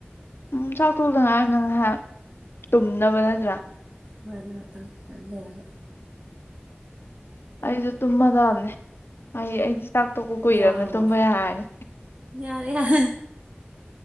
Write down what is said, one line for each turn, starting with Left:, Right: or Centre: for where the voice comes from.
Left: ꯎꯝ ꯆꯥꯛ ꯇꯣꯛꯇꯉꯥꯔꯤꯕꯅꯤꯅ ꯉꯩꯍꯥꯛ ꯇꯨꯝꯅꯕ ꯅꯠꯇ꯭ꯔꯥ
Right: ꯃꯅ ꯉꯥꯛꯇꯪ ꯂꯩꯔꯒ
Left: ꯑꯩꯁꯨ ꯇꯨꯝꯃꯗꯥꯕꯅꯦ ꯑꯩ ꯑꯩ ꯆꯥꯛ ꯇꯣꯛꯄ ꯀꯨꯏꯔꯕꯅꯤꯅ
Right: ꯋꯥꯔꯕ
Left: ꯇꯨꯝꯕ ꯌꯥꯔꯅꯤ
Right: ꯌꯥꯔꯦ ꯌꯥꯔꯦ